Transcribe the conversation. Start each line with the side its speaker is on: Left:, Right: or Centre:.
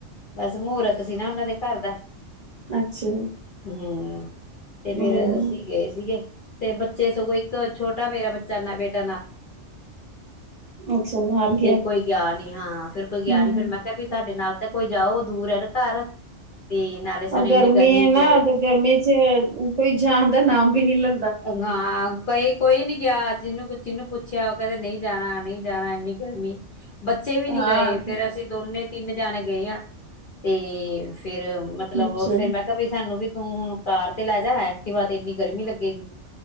Left: ਬਸ ਮਹੂਰਤ ਸੀ, ਨਾ ਉਹਨਾਂ ਦੇ ਘਰ ਦਾ।
Right: ਅੱਛਾ
Left: ਹੂੰ ਤੇ
Right: ਹੂੰ
Left: ਫੇਰ ਅਸੀਂ ਗਏ ਸੀਗੇ। ਤੇ, ਬੱਚੇ ਸਗੋਂ ਛੋਟਾ ਮੇਰਾ ਬੱਚਾ ਨਾ, ਬੇਟਾ ਨਾ
Right: ਅੱਛਾ-ਅੱਛਾ ਨਾਲ
Left: ਤੇ ਕੋਈ ਗਿਆ ਨੀ ਹਾਂ ਫੇਰ ਕੋਈ ਗਿਆ
Right: ਹੂੰ
Left: ਨੀ। ਫੇਰ ਮੈਂ ਕਿਹਾ ਵੀ ਸਾਡੇ ਨਾਲ ਤਾਂ ਕੋਈ ਜਾਓ ਦੂਰ ਐ ਘਰ ਤੇ ਨਾਲੇ ਸਾਨੂੰ
Right: ਉਹ
Left: ਇੰਨੀ ਗਰਮੀ
Right: ਹੈ ਨਾ
Left: ਚ
Right: ਤੇ ਗਰਮੀ ਚ ਕੋਈ ਜਣ ਦਾ ਨਾਮ ਵੀ ਨੀ ਲ
Left: ਹਾਂ ਕਈ ਕੋਈ ਨੀ ਗਿਆ। ਜਿਹਨੂੰ, ਜਿਹਨੂੰ ਪੁੱਛ ਪੱਛਿਆ ਓ ਕੇਦੇਂ ਨਹੀਂ ਜਾਣਾ ਨਹੀਂ, ਜਾਣਾ ਇੰਨੀ ਗਰਮੀ ਬੱਚੇ
Right: ਹਾਂ
Left: ਵੀ ਨੀ ਗਏ। ਫੇਰ, ਅਸੀਂ ਦੋਨੇ ਤਿੰਨ ਜਾਣੇ ਗਏ ਆ ਤੇ ਫੇਰ ਮਤਲਬ
Right: ਅੱਛਾ
Left: ਫੇਰ ਮੈਂ ਕਿਹਾ ਬਈ ਸਾਨੂੰ ਵੀ ਤੂੰ ਹੁਣ ਕਾਰ ਤੇ ਲੈ ਜਾ। ਐਕਿਟਵਾ ਤੇ ਇੰਨੀ ਗਰਮੀ ਲੱਗੇਗੀ।